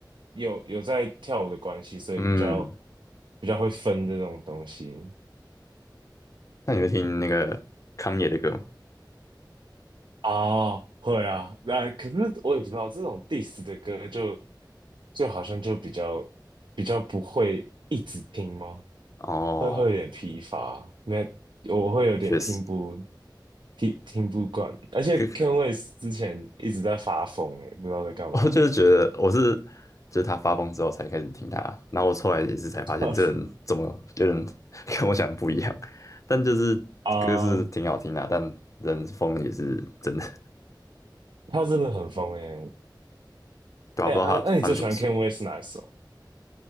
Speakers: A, on the right; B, on the left.
A: 有有在跳舞的关系，所以比较
B: 嗯，
A: 比较会分这种东西。
B: 那你会听那个康也的歌吗？
A: 啊，会啊，那、可是我也不知道这种 diss 的歌就就好像就比较比较不会一直听吗？
B: 哦，
A: 会会有点疲乏，那我会有点听不
B: 确实，
A: 听听不惯，而且
B: 跟
A: Ken w e s 之前一直在发疯诶、不知道在干嘛
B: <laughs> 我就是觉得我是就是他发疯之后才开始听他，然后我后来也是才发现这人怎么有点
A: <laughs>
B: <laughs> 跟我想的不一样，但就是歌是挺好听的啊但人疯也是真的，
A: 啊，
B: <laughs>
A: 他真的很疯诶、欸、
B: 对啊，
A: 诶、
B: 不知道他发生什么事。
A: 那啊，那、你最喜欢 Ken West 哪一首？